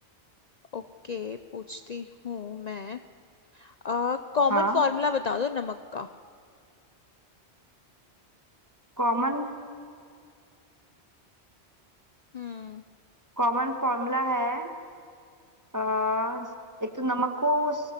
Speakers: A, on the left (about 45°); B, on the right (about 15°).
A: ओके पूछती हूँ मैं अ कॉमन
B: हाँ
A: फॉर्मूला बता दो नमक का
B: कॉमन
A: हम्म
B: कॉमन फॉर्मूला है अ, एक तो नमक को